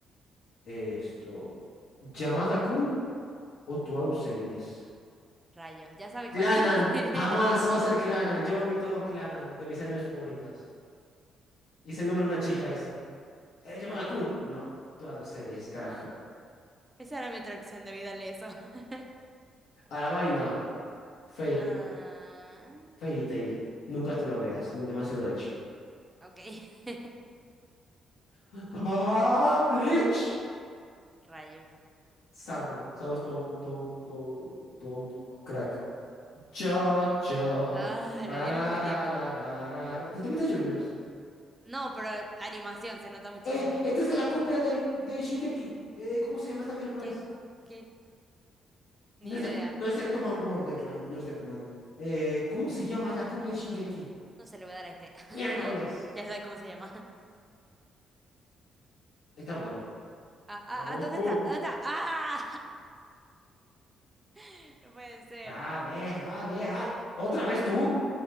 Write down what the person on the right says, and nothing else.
Rayos, ya sabe cuál
es. <laughs>
Bueno,
rayos.
Esa era mi atracción de a eso. <laughs>
Ah,
ok, <laughs>
rayos.
Ah,
le di al mismo tiempo.
No, pero la animación se nota muchísimo.
¿Qué? cu- ¿Qué? Ni
idea.
No se le voy a dar a este. <laughs>
Ya sabe cómo se llama.
Ah, ah,
ah, ¿dónde está? ¿Dónde está? ¡Ah! <laughs> No puede ser.